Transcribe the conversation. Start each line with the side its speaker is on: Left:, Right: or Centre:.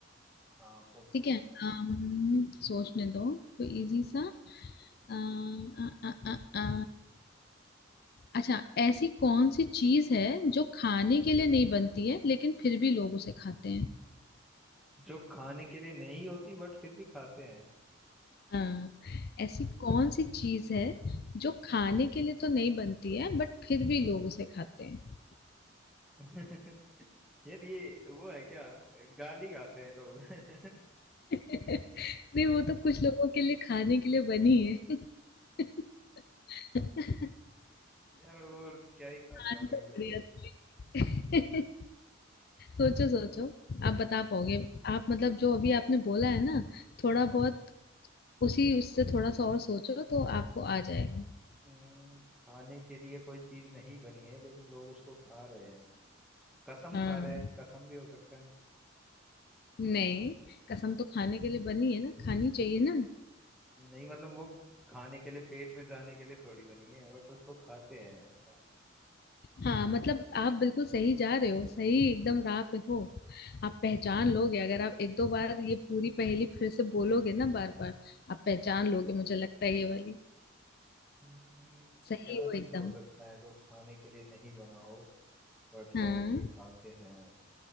Centre: हाँ पूछो
Left: ठीक है अम्म, सोचने दो कोई इजी सा अ, अ, अ, अ, अ। अच्छा ऐसी कौन सी चीज है जो खाने के लिए नहीं बनती है लेकिन फिर भी लोग उसे खाते हैं
Centre: जो खाने के लिए नहीं होती बट फिर भी खाते हैं
Left: हाँ ऐसी कौन सी चीज है जो खाने के लिए तो नहीं बनती है बट फिर भी लोग उसे खाते हैं
Centre: <laughs> यार ये वो है क्या गाली खाते हैं लोग <laughs>
Left: <laughs> नहीं वो तो कुछ लोगों के लिए खाने के लिए बनी है <laughs> <laughs> ये
Centre: यार और क्या ही खाते
Left: आंसर
Centre: होंगे
Left: बढ़िया
Centre: लोग
Left: था लेकिन। सोचो सोचो आप बता पाओगे आप मतलब जो अभी आपने बोला है ना थोड़ा
Centre: हाँ
Left: बहुत उसी उससे थोड़ा सा और सोचो तो आपको आ जाएगा
Centre: हम्म, खाने के लिए कोई चीज नहीं बनी है लेकिन लोग उसको खा रहे हैं कसम
Left: हाँ
Centre: खा रहे हैं कसम भी हो सकता है
Left: नहीं कसम तो खाने के लिए बनी है ना खानी चाहिए ना
Centre: नहीं मतलब वो खाने के लिए पेट में जाने के लिए थोड़ी बनी है बट उसको खाते हैं ऐसा
Left: हाँ मतलब आप बिल्कुल सही जा रहे हो सही एकदम राह पे हो आप पहचान लोगे अगर आप एक दो बार ये पूरी पहेली फिर से बोलोगे ना बार बार आप पहचान लोगे मुझे लगता है ये वाली
Centre: हम्म,
Left: सही
Centre: क्या
Left: हो
Centre: ही
Left: एकदम
Centre: हो सकता है जो खाने के लिए नहीं बना हो बट
Left: हाँ
Centre: लोग उसे खाते हैं